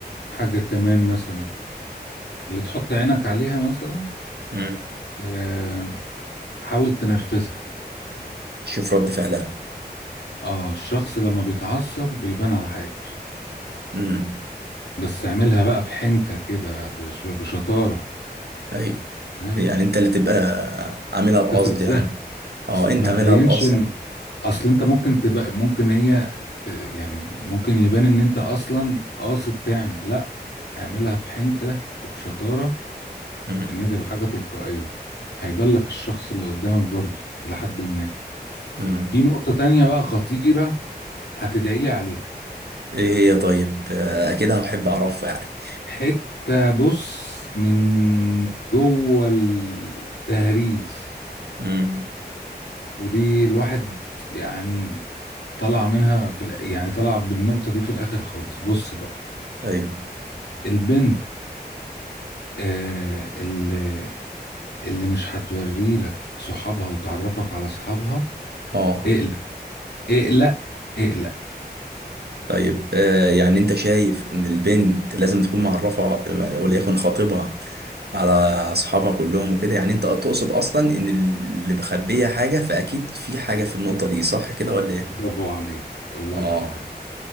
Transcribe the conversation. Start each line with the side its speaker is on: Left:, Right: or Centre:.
Left: حاجه كمان مثلا اللي تحط عينك عليها مثلا
Right: امم
Left: آه حاول تنرفزها
Right: شوف رد فعلها
Left: اه الشخص لما بيتعصب بيبان على حياته
Right: امم
Left: بس اعملها بقى بحنكة كده بش- بشطارة
Right: ايوه
Left: فاهم
Right: يعني انت اللي تبقى عاملها بقصد
Left: تفزها
Right: يعني اه
Left: اس-
Right: انت
Left: ما
Right: عاملها
Left: تبينش
Right: بقصد
Left: ان اصل انت ممكن تبقى ممكن هي ت... يعني ممكن يبان ان انت اصلا قاصد تعمل لا اعملها بحنكة وبشطارة
Right: امم
Left: ان هي تبقى حاجة تلقائية هيبان لك الشخص اللي قدامك برضو لحد ما
Right: امم
Left: في نقطة تانية بقى خطيرة هتدعي لي عليها
Right: ايه هي طيب آه، كده هحب اعرفها يعني
Left: حتة بص من جوه التهريس
Right: امم
Left: ودي الواحد يعني طلع منها في الآ- يعني طلع بالنقطة دي في الآخر خالص بص بقى
Right: ايوه
Left: البنت آه اللي اللي مش هتوري لك صحابها وتعرفك على صحابها
Right: اه
Left: اقلق اقلق اقلق
Right: طيب آه يعني انت شايف ان البنت لازم تكون معرفة وليكن خطيبها على اصحابها كلهم وكده يعني انت تقصد اصلا ان اللي مخبية حاجة فاكيد في حاجة في النقطة دي صح كده ولا ايه
Left: برافو عليك الله
Right: اه
Left: يفتح عليك